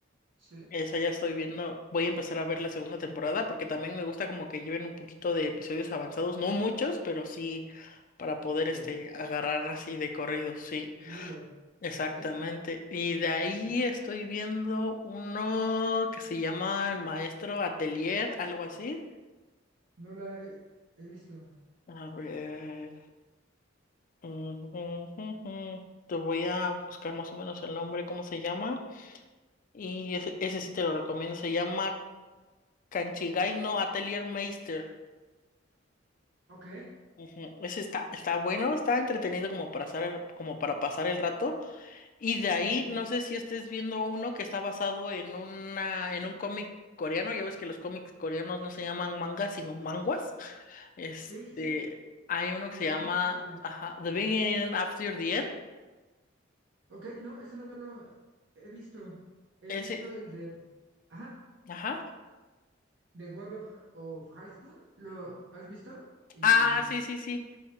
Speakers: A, on the right (about 80°); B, on the left (about 45°).
A: Sí,
B: Esa ya estoy viendo. Voy a empezar a ver la segunda temporada porque también me gusta como que lleven un poquito de episodios avanzados, no muchos, pero sí para poder
A: pero
B: este
A: sí.
B: agarrar así de corrido, sí.
A: El hilo.
B: Exactamente.
A: Ok.
B: Y de ahí
A: Ok.
B: estoy viendo uno que se llama El Maestro Atelier, algo así.
A: No la he, he visto.
B: A ver. Ujú. Te voy a buscar más o menos el nombre, cómo se llama. Y ese, ese sí te lo recomiendo. Se llama Canchigaino Atelier Meister.
A: Ok.
B: Ujú, Ese está, está bueno, está entretenido como para pasar, el- como para pasar el rato. Y de ahí,
A: Ok.
B: no sé si estés viendo uno que está basado en una, en un cómic coreano. Ya ves que los cómics coreanos no se llaman mangas, sino manguas. Este,
A: Sí, sí, sí.
B: hay uno
A: Me
B: que se
A: gusta
B: llama,
A: bastante.
B: ajá, The Beginning After the End.
A: Ok. No, ese no lo he visto. He
B: Ese,
A: visto el de. Ajá.
B: ajá.
A: The God of, of High School. ¿Lo has visto? Y
B: Ah, sí, sí, sí.